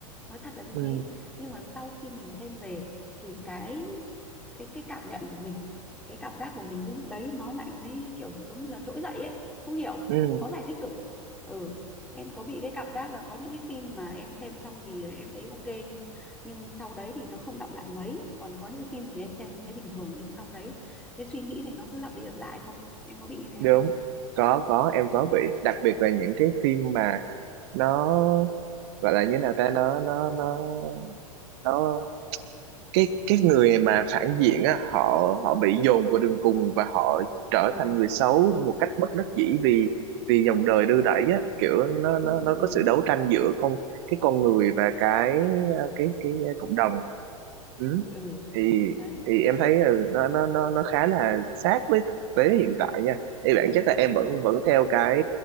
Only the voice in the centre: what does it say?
nói thật là như
thế nhưng mà sau khi mình xem về thì cái cái cái cảm nhận của mình cái cảm giác của mình cái lúc đấy nó lại mới kiểu như giống như là trỗi dậy ấy không hiểu
khó giải thích cực ừ em có bị cái cảm giác là có những cái phim mà em xem xong thì em thấy ok nhưng nhưng sau đấy thì nó không đọng lại mấy còn có những cái phim thì em xem thì thấy bình thường nhưng sau đấy cái suy nghĩ này nó cứ lặp đi lặp lại không em có bị như thế
không
ừ
ừ
ừ
ừ
đấy
đúng
rồi